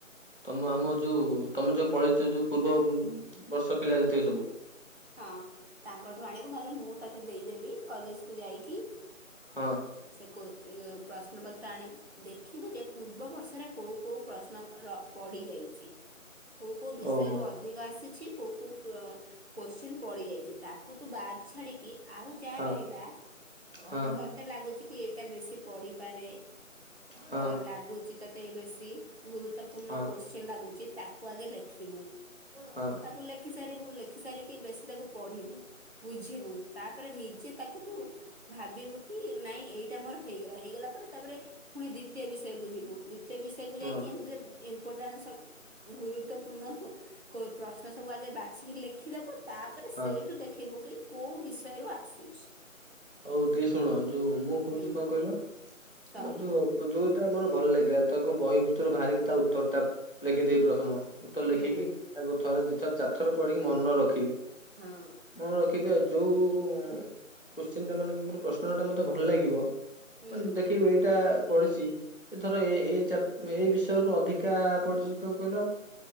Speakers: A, on the left; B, on the right.
A: ତମ ଆମ ଯୋଉ ତମ ଯୋଉ ପଳେଇଛ ଯୋଉ ପୂର୍ବ ବର୍ଷ ପିଲା ଯେତିକି ସବୁ
B: ହଁ ତାଙ୍କଠୁ ଆଣିବୁ ନହେଲେ ମୁଁ ତତେ ଦେଇଦେବି କଲେଜ କୁ ଯାଇକି
A: ହଁ।
B: ସେ ପ୍ରଶ୍ନ ପତ୍ର ଆଣିବୁ ଦେଖିବୁ ଯେ ପୂର୍ବ ବର୍ଷରେ କୋଉ କୋଉ ପ୍ରଶ୍ନ ପଡି ଯାଇଛି। କୋଉ କୋଉ ବିଷୟରୁ
A: ଓହୋ
B: ଅଧିକ ଆସିଛି କୋଉ କୋଉ କୋଶ୍ଚିନ୍ ପଡି ଯାଇଛି ତାକୁ ତୁ ବାଦ ଛାଡିକି ଆଉ ଯାହା
A: ହଁ
B: ରହିଲା
A: ହଁ
B: ତତେ ଲାଗୁଚ କି ଏଇଟା ବେଶୀ ପଢିପାରେ
A: ହଁ ହଁ
B: ଏ ଲାଗୁଚି ତତେ ବେଶୀ ଗୁରୁତଵପୂର୍ଣ୍ଣ
A: ହଁ ହଁ
B: କୋଶ୍ଚନ ଲାଗୁଛି ତାକୁ ଆଗେ ଲେଖିବୁ।
A: ହଁ।
B: ତାକୁ ଲେଖି ସାରିବୁ ଲେଖି ସାରିକି ବେଶୀ ତାକୁ ପଢିବୁ ବୁଝିବୁ ତାପରେ ନିଜେ ତାକୁ ତୁ ଭାବିବୁ କି ନାଇଁ ଏଇଟା ମୋର ହେଇଗଲା ହେଇଗଲା ପରେ ତାପରେ ପୁଣି ଦ୍ଵିତୀୟ ବିଷୟକୁ ଯିବୁ। ଏତେ ବିଷୟକୁ
A: ହଁ
B: ଯାଇକି ଏମିତି ଇମ୍ପୋର୍ଟାନ୍ସ ଗୁରୁତ୍ୱପୂର୍ଣ୍ଣ ପ୍ରଶ୍ନ ସବୁ ଆଗେ ବାଛିିକି ଲେଖିଦବୁ ତାପରେ
A: ହଁ
B: ସେଇଠୁ ଦେଖିବୁ କି କୋଉ ବିଷୟରୁୁ ଆସୁଛି?
A: ହଉ ଟିକେ ଶୁଣ ଯୋଉ ମୁଁ କହୁଛି
B: ହୁଁ
A: କଣ କହିଲ ଆମର
B: କହ
A: ଯୋଉ ଯୋଉଟା ଆମର ଭଲ ଲାଗିଲା ତାକୁ ବହି ଭିତରୁ ବାହାରିକି ତା ଉତ୍ତରଟା ଲେଖିଦେବି ପ୍ରଥମ ଉତର
B: ହୁଁ
A: ଲେଖିକି ତାକୁ ଥରେ ଦି ଥର ଚାରଥର ପଢିକି ମନ ରଖିବି
B: ହଁ।
A: ମୁଁ ରଖିବି ଆଉ ଯୋଉ କୋଶ୍ଚିନ୍ଟ ମାନେଙ୍କର ପ୍ରଶ୍ନଟା ମୋତେ ଭଲ ଲାଗିବ ମାନେ
B: ହୁଁ
A: ଦେଖେଇ ଏଇଟା ପଡ଼ିଛି ଏ ଧର ଏ ଏଇ ଏଇ ବିଷୟରୁୁ ଅଧିକା ପଡିଚି କଣ କହିଲ